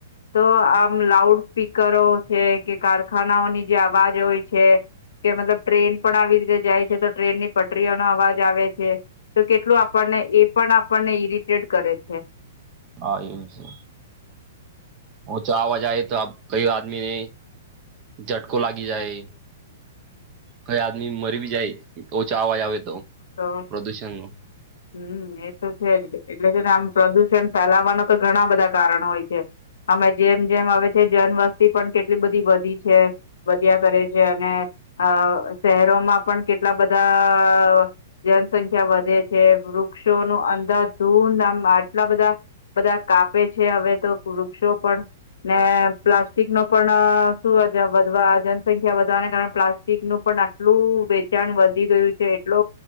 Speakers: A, on the left; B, on the right.
A: તો આમ લાઉડ સ્પીકરો છે કે કારખાનાઓની જે અવાજ હોય છે કે મતલબ ટ્રેન પણ આવી રીતે જાય છે તો ટ્રેનની પટરીઓનો અવાજ આવે છે તો કેટલું આપણને એ પણ આપણને ઈરિટેટ કરે છે
B: હા એવું છે હ તો આવાજાય તો કઈ આદમીને ઝટકો લાગી જાય કઈ આદમી મરી બી જાય ાવાજ આવે તો
A: ઓ
B: પ્રદુષણ નો
A: હમ એ તો કેે એટલે છેને આમ પ્રદુષણ ફેલાવાનો તો ઘણ બધા કારણો હોય છે અમે જેમ જેમ આવે છે જન વસ્તી પણ કેટલી બધી વધી છે વધ્યા કરે છે અને આ શહેરોમાં પણ કેટલા બધા જનસંખ્યા વધે છે વૃક્ષોનું અંદર ધૂંધ આમ આટલા બધા બધા કાપે છે હવે તો વૃક્ષો પણ ને પ્લાસ્ટિક ન પણ શું વધવા જનસંખ્યા વધવાને કારણે પ્લાસ્ટિકનુંું પણ આટલું વેચાણ વધી ગયું છે એટલ